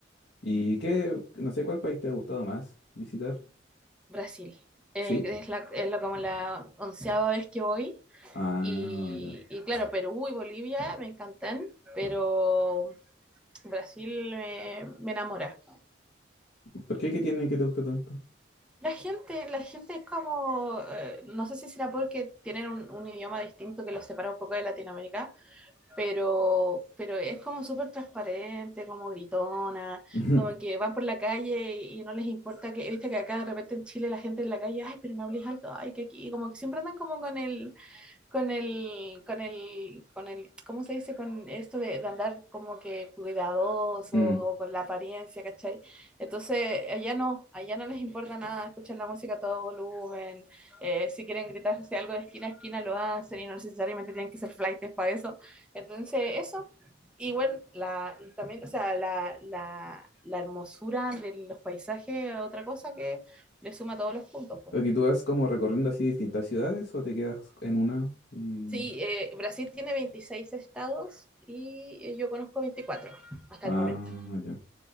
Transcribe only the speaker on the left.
¿Y qué? No sé cuál país te ha gustado más visitar.
¿Sí?
Ah,
ya.
¿Por qué? ¿Qué tiene que te gusta tanto?
<laughs>
Mm.
Ok, ¿tú vas como recorriendo así distintas ciudades o te quedas en una? Y...
Ah,
ya.